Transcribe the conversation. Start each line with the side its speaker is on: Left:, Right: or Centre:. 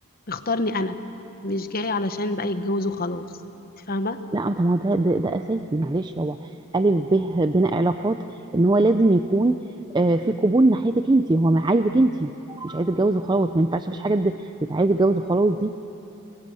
Left: بيختارني انا مش جاي علشان بقى يتجوز وخلاص انت فاهمة
Right: لا طب ما هو ده, ده ده اساسي معلش هو الف ب بين علاقات ان هو لازم يكون آه في قبول ناحيتك انت هو ما عايزك انت مش عايز يتجوز وخلاص ما ينفعش مفيش حاجه تبقى عايز يتجوز وخلاص دي